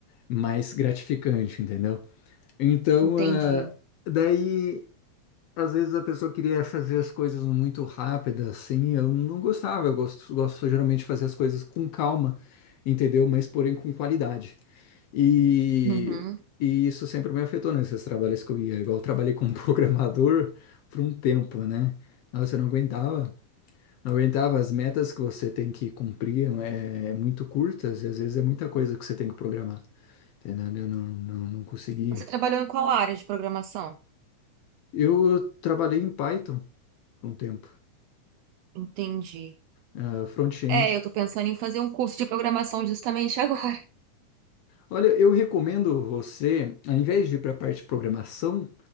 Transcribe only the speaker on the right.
entendi.
Uhum.
Você trabalhou em qual área de programação?
Entendi.
É, eu tô pensando em fazer um curso de programação justamente <laughs> agora.